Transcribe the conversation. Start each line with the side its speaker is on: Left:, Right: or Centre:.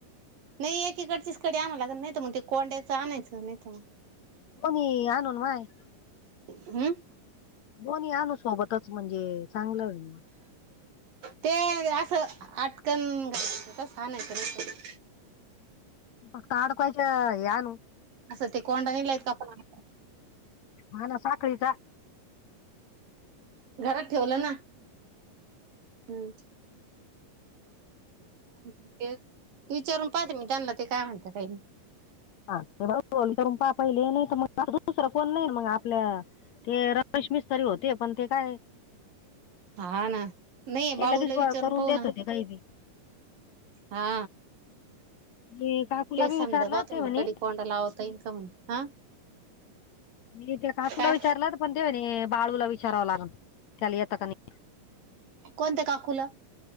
Right: नाही एकीकडचीच कडी आणा लागल नाहीत म ते कोंड्याचं आणायचं नाहीत मग.
Left: दोन्ही आणून माग?
Right: हम्म.
Left: दोन्ही आनु सोबतच म्हणजे चांगलं होईल. मग
Right: ते असं आटकन घालायच तस आनायच.
Left: फक्ता अडकवायच्या हे आनु?
Right: असं ते कोंडा नाही लायत का आपण
Left: हा ना साखळीचा.
Right: घरात ठेवलं ना हम् ते विचारून पाहते मी त्यांना ते काय म्हणत काही
Left: हा ते करून पा पाहिले नाही तर मग दुसरा कोण नाही मग आपल्या ते रमेश मिस्तरी होते पण ते काय
Right: हा ना नाही
Left: ते
Right: बाळूला
Left: लगेच
Right: विचारून
Left: ब- करून
Right: पाह
Left: देत
Right: ना
Left: होते काही बी
Right: हा
Left: मी काकूला
Right: तेसड
Left: बी विचारलं
Right: गतंड
Left: ते म्हणे
Right: कडी कोंड लावता इनका म्ह हा
Left: मी ते काकूला
Right: काय
Left: विचारलं पण तेव बाळूला विचारावं लागल त्याला यता का नाही
Right: कोणत्या काकूला